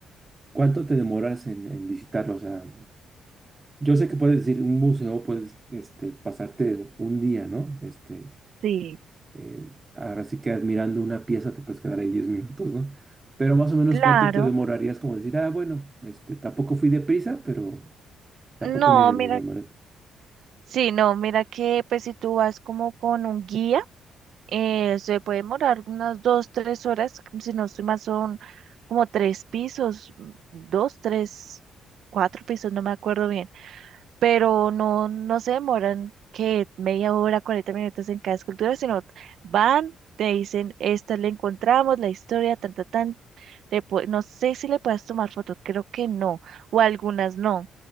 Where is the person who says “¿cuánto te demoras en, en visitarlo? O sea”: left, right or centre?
Right